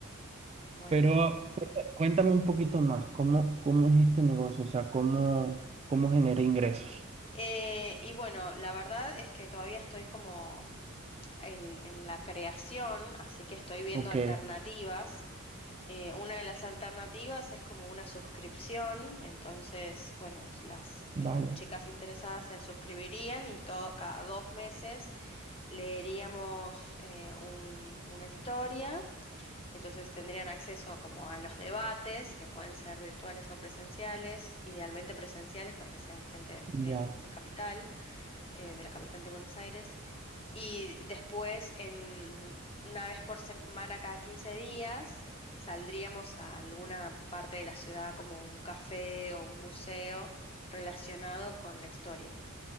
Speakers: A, on the left (about 25°); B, on the right (about 30°).
A: Bueno,
B: Pero
A: genial.
B: cuenta- cuéntame un poquito más, ¿cómo, cómo es este negocio? O sea, ¿cómo, cómo genera ingresos?
A: Eh, y bueno, la verdad es que todavía estoy como en, en la creación, así que estoy viendo
B: Ok,
A: alternativas. Eh, una de las alternativas es como una suscripción, entonces, bueno, s- las
B: vale,
A: eh, chicas interesadas se suscribirían y todo, cada dos meses leeríamos eh, un- una historia, entonces tendrían acceso como a los debates, que pueden ser virtuales o presenciales, idealmente presenciales para que sean gente de,
B: ya,
A: de capital, eh, de la capital de Buenos Aires. Y después, en, una vez por semana, cada 15 días, saldríamos a alguna parte de la ciudad, como un café o un museo relacionado con la historia,